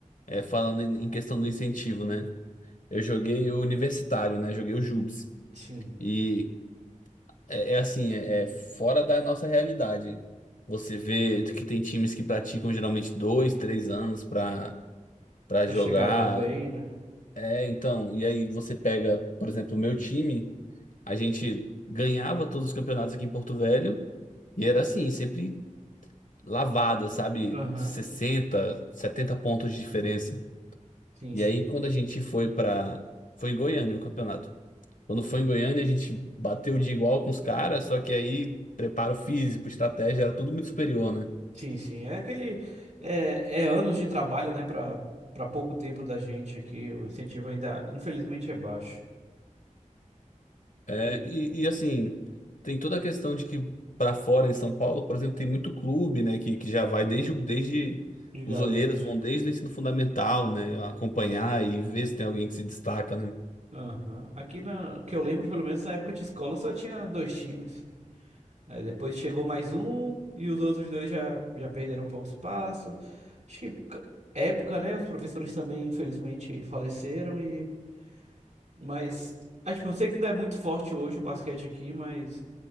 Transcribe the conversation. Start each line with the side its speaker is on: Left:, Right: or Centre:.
Left: é, falando em, em questão do incentivo, né? Eu joguei o universitário, né? Joguei o JUBs.
Right: sim.
Left: E é, é assim, é, é fora da nossa realidade. Você vê que tem times que praticam geralmente dois, três anos pra para
Right: Pra
Left: jogar.
Right: chegar lá bem, né?
Left: É, então, e aí você pega, por exemplo, o meu time, a gente ganhava todos os campeonatos aqui em Porto Velho e era assim, sempre lavada, sabe?
Right: Aham,
Left: sessenta, setenta pontos de diferença.
Right: Sim,
Left: E
Right: sim.
Left: aí quando a gente foi pra. foi em Goiânia o campeonato. Quando foi em Goiânia, a gente bateu de igual com os caras, só que aí preparo físico, estratégia, era tudo muito superior, né?
Right: Sim, sim. É aquele. É, é anos de trabalho, né? Pra, pra pouco tempo da gente aqui. O incentivo ainda, infelizmente, é baixo.
Left: É,
Right: E
Left: e, e, assim, tem toda a questão de que para fora em São Paulo, por exemplo, tem muito clube, né, que, que já vai desde, o- desde
Right: de garoto.
Left: os olheiros vão desde o ensino fundamental, né, acompanhar e ver se tem alguém que se destaca, né?
Right: Aham. Aqui na, que eu lembro, pelo menos na época de escola, só tinha dois times. Aí depois chegou mais um e os outros dois já, já perderam um pouco espaço. Acho que c- época, né? Os professores também, infelizmente, faleceram e Mas, ah, tipo, eu sei que ainda é muito forte hoje o basquete aqui, mas